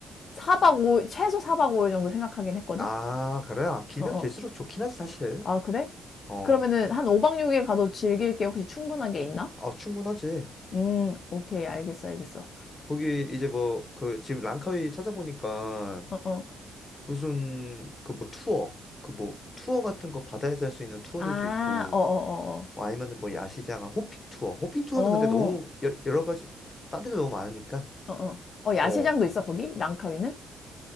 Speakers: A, on the left; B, on the left.
A: 4박 5일, 최소 4박 5일 정도 생각하긴 했거든?
B: 아, 그래? 아, 길면
A: 어, 어.
B: 길수록 좋긴 하지, 사실.
A: 아, 그래?
B: 어,
A: 그러면은 한 5박 6일 가도 즐길 게 혹시 충분한 게 있나?
B: 아, 충분하지.
A: 음, 오케이, 알겠어, 알겠어.
B: 거기 이제 뭐, 그, 지금 랑카위 찾아보니까
A: 어, 어.
B: 무슨 그 뭐 투어 그 뭐 투어 같은 거 바다에서 할 수 있는 투어들도
A: 아,
B: 있고
A: 어, 어, 어,
B: 뭐 아니면은 뭐 야시장 호핑 투어 호핑 투어는
A: 어. 어,
B: 근데 너무 여, 여러 가지 딴 데도 너무 많으니까
A: 어, 어. 어, 야시장도
B: 어 그
A: 있어, 거기? 랑카위는?